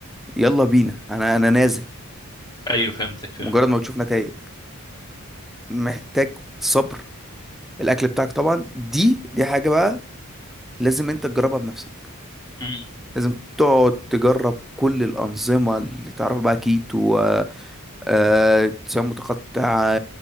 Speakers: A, in the centre; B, on the left.
A: يلا بينا انا انا نازل
B: ايوه فهمتك فهمتك
A: مجرد ما بتشوف نتائج فمحتاج صبر الاكل بتاعك طبعا دي دي حاجه بقى لازم انت تجربها بنفسك
B: امم
A: لازم تقعد تجرب كل الانظمه اللي تعرف بقى كيتو آه، صيام متقطع